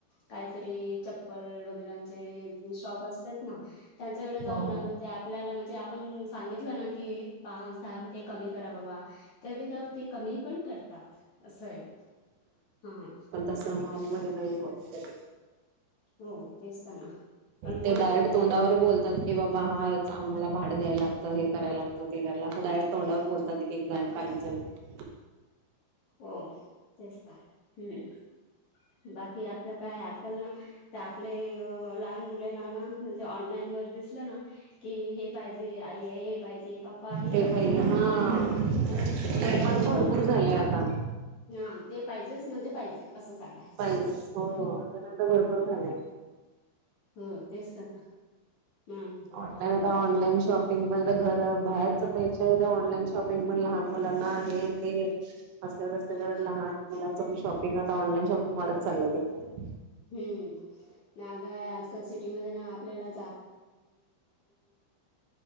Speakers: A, on the left (about 45°); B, on the right (about 75°).
A: काहीतरी चप्पल वगैरांचे शॉप असतात ना त्यांच्याकडे जाऊन
B: हो हो
A: आ ते आपल्याला म्हणजे आपण सांगितलं ना की पाच दहा रुपये कमी करा बाबा <unintelligible> तर ते कमी पण करतात असं आहे हा.
B: तस मॉलमध्ये नाही होत तरी
A: हो तेच तर ना. पण मॉलमध्ये
B: ते डायरेक्ट
A: नाही
B: तोंडावर
A: करत
B: बोलतात. कि बाबा हा याच आम्हाला भाड द्यायल लागतं हे करायला लागतं ते करायला लागतं तोंडावर बोलतात ते किंवा काहिजण <unintelligible>
A: हो तेच तर हम् बाकी आपलं काय आज तर ना त्या आपले लहान मुलेला ना म्हणजे ऑनलाईन वर दिसलं ना की हे पाहिजे आई आ हे पाहिजे पप्पा हे
B: ते
A: पाहिजे
B: पहिले हा
A: म्हण म्हणजे म्हणजे
B: ते
A: बघितलं
B: पण भरपूर
A: ना
B: झाले
A: हा
B: आता
A: हा ते पाहिजेच म्हणजे पाहिजे. असं झालंय
B: पाहिजे हो तर न आता भरपूर झालाय.
A: हं तेच तर ना. म्हणून
B: ऑनलाईन
A: हम्म
B: आता ऑनलाईन शॉप शिंग पण आता घर बाहेरच पेक्षा ऑनलाईन शॉपिंग पण लहान मुलाना आहे ते असल्या <unintelligible> लहान मुलांचं पण शॉपिंग आता ऑनलाईन शॉपिंग वाढत चाललंय <unintelligible>
A: हम्म नाही आता काय आजकाल सिटीमध्ये ना आपल्याला